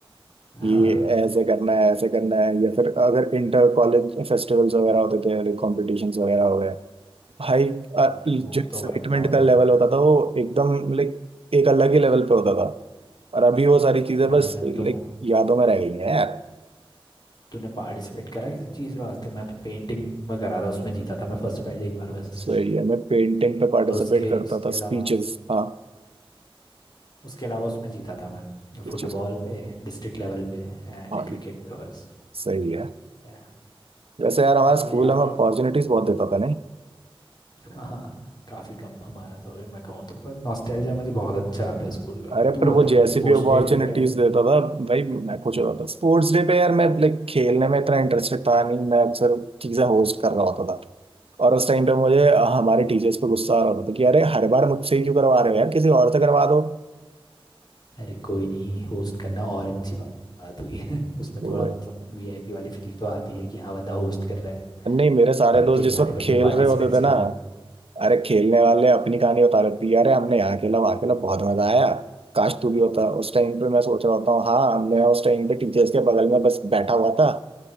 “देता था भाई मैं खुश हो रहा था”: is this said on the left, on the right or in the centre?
Right